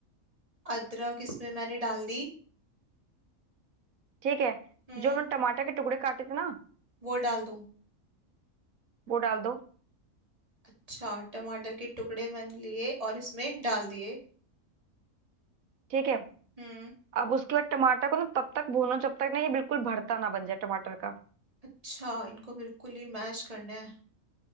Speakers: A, on the right; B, on the right.
A: अदरक इसमें मैंने डाल दी
B: ठीक है
A: हम्म
B: जो हमने टमाटर के टुकड़े काटे थे ना
A: वो डाल दूं
B: वो डाल दो
A: अच्छा टमाटर के टुकड़े मैंने लिए और इसमें डाल दिए
B: ठीक है
A: हम्म
B: अब उसके बाद टमाटर को ना तब तक भूनो जब तक ना ये बिल्कुल भरता ना बन जाए टमाटर का
A: अच्छा इनको बिल्कुल ही मैश करना है